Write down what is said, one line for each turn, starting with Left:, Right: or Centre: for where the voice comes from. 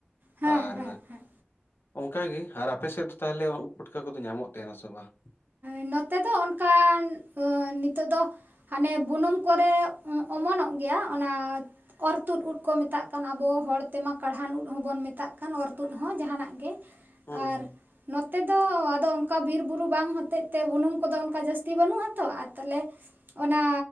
Right: ᱦᱮᱸ
Left: ᱟᱨ
Right: ᱦᱮᱸ ᱦᱮᱸ
Left: ᱚᱱᱠᱟ ᱜᱮ ᱟᱨ ᱟᱯᱮ ᱥᱮᱫ ᱫᱚ ᱛᱟᱦᱚᱞᱮ ᱩᱜ ᱯᱩᱴᱠᱟᱹ ᱠᱚᱫᱚ ᱧᱟᱢᱚᱜ ᱛᱟᱸᱦᱮᱱᱟ ᱥᱮ ᱵᱟᱝ?
Right: ᱱᱚᱛᱮ ᱫᱚ ᱚᱱᱠᱟᱱ ᱱᱤᱛᱚᱜ ᱫᱚ ᱦᱟᱱᱮ ᱵᱩᱱᱩᱢ ᱠᱚᱨᱮ ᱚᱢᱚᱱᱚᱜ ᱜᱮᱭᱟ ᱚᱱᱟ ᱚᱨᱛᱩᱫ ᱩᱫ ᱠᱚ ᱢᱮᱛᱟᱜ ᱠᱟᱱᱟ ᱟᱵᱚ ᱦᱚᱲ ᱛᱮᱢᱟ ᱠᱟᱬᱦᱟᱱ ᱩᱫ ᱦᱚᱸᱵᱚᱱ ᱢᱮᱛᱟᱜ ᱠᱟᱱ ᱚᱨᱛᱩᱫ ᱦᱚᱸ ᱡᱟᱸᱦᱟᱱᱟᱜ ᱜᱮ᱾
Left: ᱦᱩᱸ
Right: ᱟᱨ
Left: ᱦᱩᱸ
Right: ᱱᱚᱛᱮ ᱫᱚ ᱟᱫᱚ ᱚᱱᱠᱟ ᱵᱤᱨᱵᱩᱨᱩ ᱵᱟᱝ ᱦᱚᱛᱮᱡ ᱛᱮ ᱵᱩᱱᱩᱢ ᱠᱚᱫᱚ ᱚᱱᱠᱟ ᱡᱟᱹᱥᱛᱤ ᱵᱟᱹᱱᱩᱜ-ᱟ ᱛᱚ ᱟᱨ ᱛᱟᱞᱦᱮ ᱚᱱᱟ